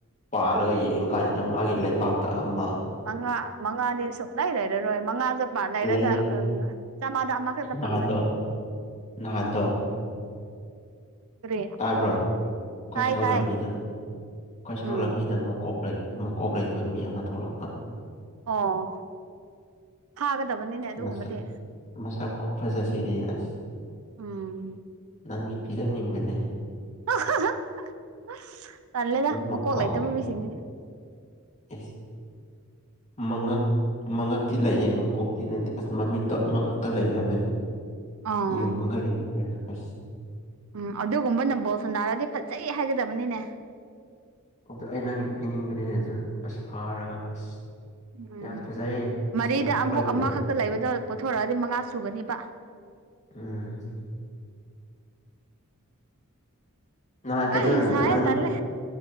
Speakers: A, on the left; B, on the right.
A: ꯄꯥꯜꯂꯒ ꯌꯦꯡ ꯀꯥꯟꯁꯤꯗ ꯃꯥꯒꯤ ꯂꯩꯕꯥꯛꯇ ꯑꯃꯥ
B: ꯃꯉꯥ ꯃꯉꯥꯗꯤ ꯁꯨꯡꯂꯥꯏ ꯂꯩꯔꯔꯣꯏ ꯃꯉꯥ ꯆ ꯂꯩꯔꯗ
A: ꯂꯩꯌꯦ
B: ꯑꯝ ꯆꯥꯝꯃꯥꯗ ꯑꯃꯈꯛꯇ
A: ꯅꯍꯥꯟꯗꯣ
B: ꯐꯪꯒꯅꯤ
A: ꯅꯍꯥꯟꯗꯣ
B: ꯀꯔꯤ
A: ꯇꯥꯕ꯭ꯔꯣ ꯑꯩꯈꯣꯏ
B: ꯇꯥꯏ
A: ꯁꯣꯔꯣꯛ
B: ꯇꯥꯏ
A: ꯂꯝꯕꯤꯗ ꯑꯩꯈꯣꯏ ꯁꯣꯔꯣꯛ
B: ꯎꯝ
A: ꯂꯝꯕꯤꯗ ꯃꯥꯀꯣꯛ ꯂꯩ ꯃꯥꯀꯣꯛ ꯂꯩꯗꯣ ꯃꯤ ꯑꯃ ꯊꯣꯛꯂꯛꯄ
B: ꯑꯣ ꯐꯥꯒꯗꯕꯅꯤꯅꯦ ꯑꯗꯨꯒꯨꯝꯕꯗꯤ
A: ꯃꯥꯁꯛ ꯃꯥꯁꯛ ꯈꯨꯐꯥꯖꯥꯁꯤꯗꯤ ꯑꯁ
B: ꯎꯝ
A: ꯅꯪꯒꯤ ꯄꯤꯖꯥꯅꯤꯡꯕꯥꯅꯦ
B: <unintelligible>
A: ꯑꯣꯅꯈꯍꯔꯦ
B: ꯃꯀꯣꯛ ꯂꯩꯇꯕ ꯃꯤꯁꯤꯡꯗꯨꯗꯤ
A: <unintelligible> ꯃꯉꯛ ꯃꯉꯛꯇꯤ ꯂꯩꯑꯦ ꯃꯀꯣꯛꯇꯤ ꯂꯩꯇꯦ ꯑꯁ ꯃꯃꯤꯠꯇꯣ ꯑꯃꯈꯛꯇ ꯂꯩꯔꯝꯃꯦ
B: ꯑꯥ
A: ꯏꯔꯉ ꯀꯔ ꯐ
B: ꯎꯝ ꯑꯗꯨꯒꯨꯝꯕꯅ ꯕꯣꯜ ꯁꯥꯟꯅꯔꯥꯗꯤ ꯐꯖꯩ ꯍꯥꯏꯒꯗꯕꯅꯤꯅꯦ
A: ꯑꯗꯨ ꯑꯩ ꯅꯪꯒꯤ ꯄꯤꯅꯤꯡꯕꯅꯤꯅꯦ ꯑꯗꯨ ꯑꯁ ꯐꯥꯔꯒ ꯑꯁ
B: ꯎꯝ
A: ꯌꯥꯝ ꯐꯖꯩꯌꯦ
B: ꯃꯔꯤꯗ
A: ꯑꯁ ꯃꯀꯣꯛ
B: ꯑꯃꯨꯛ
A: ꯂꯩꯇ꯭ꯔꯁꯨ
B: ꯑꯃꯈꯛꯇ ꯂꯩꯕꯥꯗꯣ ꯄꯨꯊꯣꯛꯔꯛꯑꯗꯤ ꯃꯉꯥ ꯁꯨꯒꯥꯅꯤꯕ
A: ꯎꯝ ꯅꯍꯥꯟ
B: ꯑꯩ
A: ꯀꯩꯩꯅꫭ
B: ꯁꯥꯏꯌꯦ
A: ꯅꯪ
B: ꯇꯜꯂꯦ